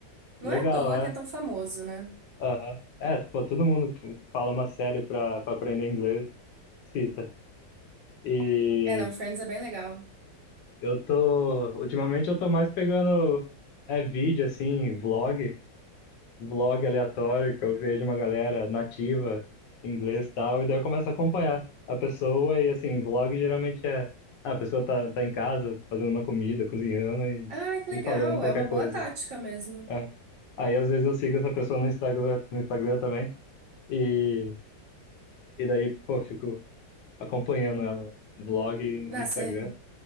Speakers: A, on the right (about 80°); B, on the left (about 75°).
A: Não
B: legal,
A: é à toa
B: é.
A: que é tão famoso, né?
B: Aham. É, tipo, todo mundo que fala uma série pra, pra aprender inglês, cita. E
A: É, não, Friends é bem legal.
B: eu tô, ultimamente eu tô mais pegando, é vídeo, assim, vlog, vlog aleatório, que eu vejo uma galera nativa, inglês e tal, e daí eu começo a acompanhar a pessoa e, assim, vlog geralmente é, ah, a pessoa tá, tá em casa, fazendo uma comida, cozinhando e,
A: Ah, que
B: e
A: legal,
B: falando qualquer
A: é uma boa
B: coisa.
A: tática mesmo.
B: É. Aí às vezes eu sigo essa pessoa no Instagram, no Instagram também, e, e daí, pô, fico acompanhando ela, né? Vlog e
A: Nascer
B: Instagram.